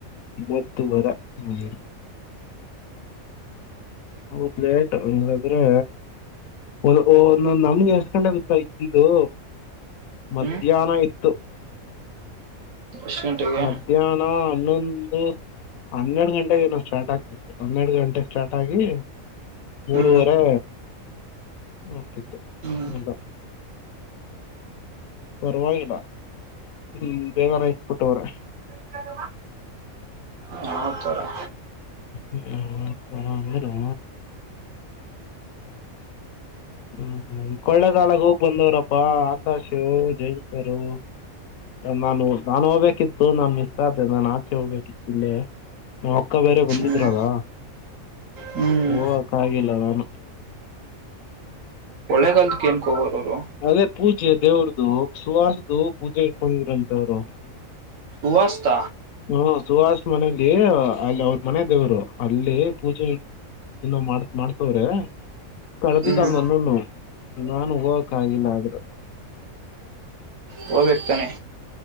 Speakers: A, on the left; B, on the right.
A: ಒಂಬತ್ತುವರೆ ಹು. ಹೌದ ಲೇಟ್ ಹಂಗಾದ್ರೆ. ಒಲ ಒಲ್ಲಲ್ಲ ನಮ್ಗೆ ಎಸ್ಕೊಂಡಂಡವಿಲಾ ಇದ್ದು. ಮಧ್ಯಾಹ್ನ
B: ಹ್ಮ್
A: ಇತ್ತು.
B: ಎಷ್ಟು ಗಂಟೆಗೆ
A: ಮಧ್ಯಾಹ್ನ ಹನ್ನೊಂದು ಹನ್ನೆರಡು ಗಂಟೆಗೆ ಏನ. ಸ್ಟಾರ್ಟ್ ಆಗ್ತಿತ್ತು ಹನ್ನೆರಡು ಗಂಟೆಗೆ ಸ್ಟಾರ್ಟ್ ಆಗಿ ಮೂರವರೆ.
B: ಹ್ಮ್
A: ಹೊಕ್ಕಿತ್ತು
B: ಹ್ಮ್
A: ಇಲ್ಲಾ ಪರವಾಗಿಲ್ಲಾ. ಹು ಬೇಗಾರ ಇಕ್ಕಿಬಿಟ್ಟವರೇ.
B: ಕೃಷ್ಣ್ ಜಮಾ ಆ ತರಾ.
A: ಎ ತನಾ ಅಂದರೋ. ಹು ಕಳ್ಳೆಗಾಲಕ್ಕೆ ಹೋಗ ಬಂದವ್ರಪ್ಪಾ ಆಕಾಶ ಜಯಂಕರು. ನಾನು ನಾನ್ ಹೋಗ್ಬೇಕಿತ್ತು ನಾನ್ ಮಿಸ್ ಆದೆ ನಾನ್ ಆಚೆ ಹೋಗ್ಬೇಕಿತ್ತಿಲ್ಲೇ. ನಮ್ಮ ಅಕ್ಕಾ ಬೇರೆ ಬಂದಿದ್ರಲ್ಲಾ
B: ಹ್ಮ್ ಹ್ಮ್
A: ಹೋಗಕ ಆಗಿಲ್ಲ ನಾನು.
B: ಒಳ್ಳೆಗಲ್ದಕ್ಕೆ ಏನ್ಕ ಹೋಗಗುರು ಅವರು.
A: ಅದೇ ಪೂಜೆ ದೇವರದು ಸುವಾರದ್ದು ಪೂಜೆ ಇಕೊಂಡ್ರಂತವರು.
B: ಉವಷ್ಟ.
A: ಹು ಸುಹಾಸ್ ಮನೇಲಿ ಅಲ್ಲಿ ಅವ್ರ ಮನೆ ದೇವರು ಅಲ್ಲಿ ಪೂಜೆ. ಇನ್ನು ಮಾಡ ಮಾಡತ್ತವರೇ. ಕರದಿದ್ದಾ
B: ಹ್ಮ್
A: ನನ್ನ ನಾನು ಹೋಗಕಾಗಿಲ್ಲಾ ಆದ್ರ.
B: ಹೋಗಬೇಕತಾನೆ.